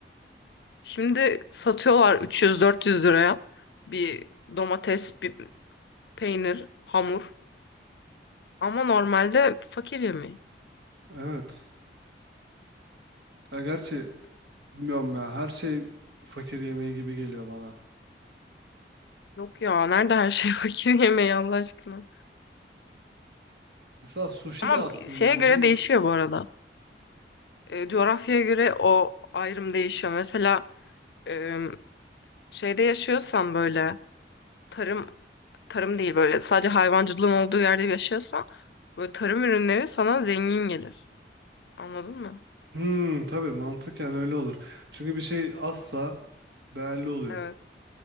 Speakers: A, on the left; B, on the right.
A: şimdi satıyorlar 300-400 liraya bir domates, bir peynir, hamur. Ama normalde fakir yemeği.
B: Evet. Ya gerçi bilmiyorum ya her şey fakir yemeği gibi geliyor bana.
A: Yok ya nerede her şey <laughs> fakir yemeği Allah aşkına.
B: Mesela sushi
A: Ama
B: de aslında
A: şeye
B: öyle
A: göre
B: değil
A: değişiyor
B: mi?
A: bu arada. E, coğrafyaya göre o ayrım değişiyor. Mesela e, şeyde yaşıyorsan böyle tarım tarım değil böyle sadece hayvancılığın olduğu yerde yaşıyorsan böyle tarım ürünleri sana zengin gelir. Anladın mı?
B: Hmm, tabii mantıken öyle olur. Çünkü bir şey azsa değerli oluyor.
A: Evet.